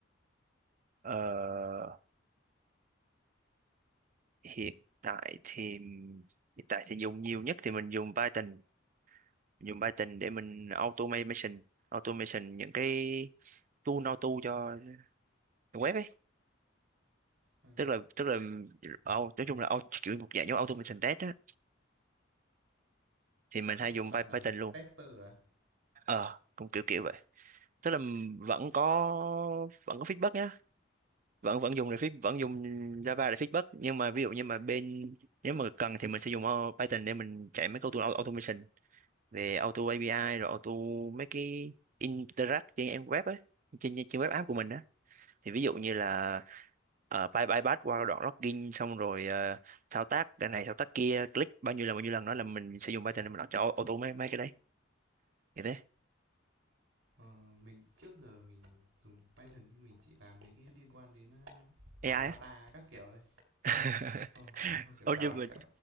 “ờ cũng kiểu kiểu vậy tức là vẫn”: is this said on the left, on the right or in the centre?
Right